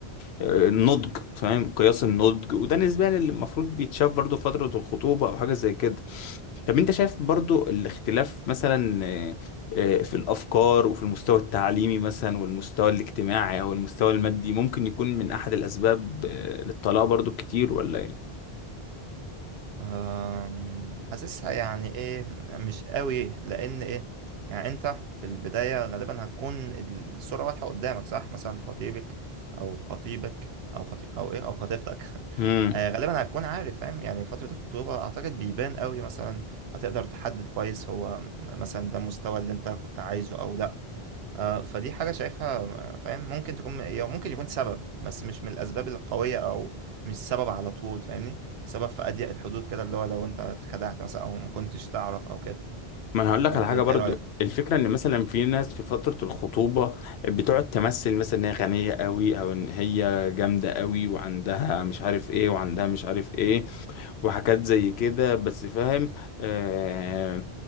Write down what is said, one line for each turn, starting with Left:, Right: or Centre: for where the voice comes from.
Left: آه، النضج فاهم؟ قياس النضج وده نسبيا اللي المفروض بيتشاف برضه في فترة الخطوبة أو حاجة زي كده طب انت شايف برضو الاختلاف مثلا آه، آه، في الافكار وفي المستوى التعليمي مثلا والمستوى الاجتماعي او المستوى المادي ممكن يكون من احد الاسباب آه، للطلاق برضو كتير ولا ايه
Right: أم، حاسسها يعني ايه مش قوي لان ايه يعني انت في البداية غالبا هتكون الصورة واضحة قدامك صح مثلا خطيبك او خطيبك او خطي او ايه او خطيبتك <laughs>
Left: امم
Right: آه، غالبا هتكون عارف فاهم يعني فترة الخطوبة اعتقد بيبان قوي مثلا هتقدر تحدد كويس هو مثلا ده المستوى اللي انت كنت عايزه او لا آه، فدي حاجة شايفها آه، فاهم ممكن تكون هي ممكن يكون سبب بس مش من الأسباب القوية أو مش سبب على طول فاهمني سبب في أضيق الحدود كده اللي هو لو أنت اتخدعت مثلا أو ما كنتش تعرف أو كده
Left: ما انا هقول لك
Right: آه،
Left: على
Right: اللي
Left: حاجه
Right: أنت
Left: برضو
Right: إيه رأيك؟
Left: الفكره ان مثلا في ناس في فتره الخطوبه بتقعد تمثل مثلا ان هي غنيه قوي او ان هي جامده قوي وعندها مش عارف ايه وعندها مش عارف ايه وحاجات زي كده بس فاهم آه